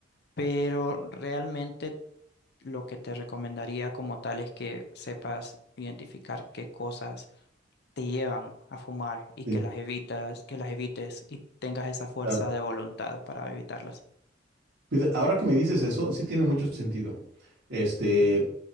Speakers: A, on the left (about 60°); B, on the right (about 75°).
A: Pero realmente lo que te recomendaría como tal es que sepas identificar qué cosas te llevan a fumar y
B: Sí,
A: que las evitas, que las evites y tengas esa fuerza
B: claro.
A: de voluntad para evitarlas.
B: Fíjate, Ahora que me dices eso, sí tiene mucho sentido. Este,